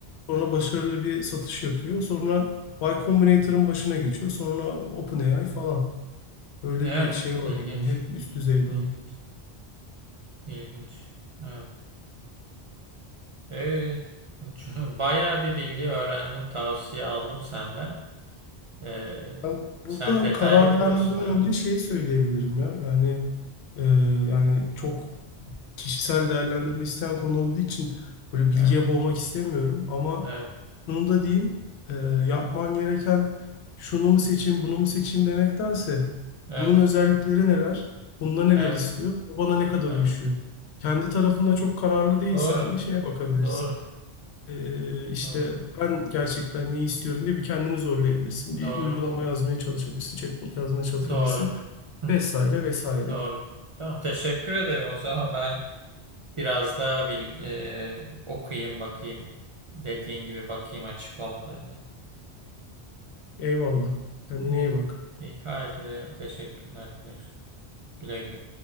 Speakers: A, on the left; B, on the right.
A: Sonra başarılı bir satış yapıyor. Sonra Y Combinator'ın
B: Hı hı.
A: başına geçiyor. Sonra OpenAI falan. Böyle
B: Evet.
A: bir şey var
B: İlginç.
A: onda. Hep üst düzeyde
B: İlginç.
A: o.
B: İlginç. Evet. Ee, üç- <laughs> bayağı bir bilgi öğrendim, tavsiye aldım senden. Ee,
A: Ben
B: sen
A: burada
B: detaylı
A: karar
B: biliyorsun,
A: vermeden
B: evet.
A: önce şeyi söyleyebilirim ya. Yani e, yani çok kişisel
B: Evet,
A: değerlendirme isteyen konu olduğu için böyle bilgiye
B: evet,
A: boğmak istemiyorum. Ama
B: evet,
A: şunu da diyeyim. e, yapman gereken şunu mu seçeyim, bunu mu seçeyim demektense
B: evet,
A: bunun özellikleri neler? Bunda neler
B: evet,
A: istiyor?
B: evet,
A: Bu bana ne kadar
B: evet.
A: uyuşuyor? Kendi tarafında çok kararlı değilsen
B: Doğru,
A: de şeye bakabilirsin.
B: doğru,
A: Ee, işte
B: doğru,
A: ben gerçekten neyi istiyorum diye bir kendini zorlayabilirsin. Bir
B: doğru,
A: uygulama yazmaya çalışabilirsin, chatbot yazmaya çalışabilirsin
B: doğru. Hı hı,
A: vesaire vesaire.
B: Doğru. Tamam, teşekkür ederim. O zaman ben biraz daha bil, e, okuyayım, bakayım. Dediğin gibi bakayım açıklamalarına.
A: Eyvallah. Kendine
B: İyi,
A: iyi bak.
B: iyi. Haydi, teşekkürler. Güle güle. Güle güle.